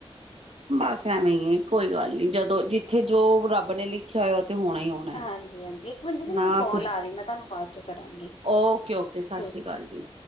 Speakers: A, on the right; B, on the left.
A: ਬਸ ਐਵੇਂ ਈ ਏ ਕੋਈ ਗੱਲ ਨੀ, ਜਦੋਂ ਜਿੱਥੇ ਜੋ ਰੱਬ ਨੇ ਲਿਖਿਆ ਹੋਇਆ ਓ ਤੇ ਹੋਣਾ ਹੀ ਹੋਣਾ
B: ਹਾਂਜੀ
A: ਐ।
B: ਹਾਂਜੀ ਇੱਕ ਮਿੰਟ ਦੀਦੀ ਮੈਨੂੰ
A: ਨਾ
B: ਕਾਲ
A: ਤੁਸ,
B: ਆ ਰਹੀ ਮੈਂ ਤੁਹਾਨੂੰ ਬਾਅਦ ਚੋਂ ਕਰਾਂਗੀ
A: ਓਕੇ ਓਕੇ ਸਸ
B: ਠੀਕ
A: ਸ਼੍ਰੀ ਕਾਲ
B: ਹੈ
A: ਜੀ।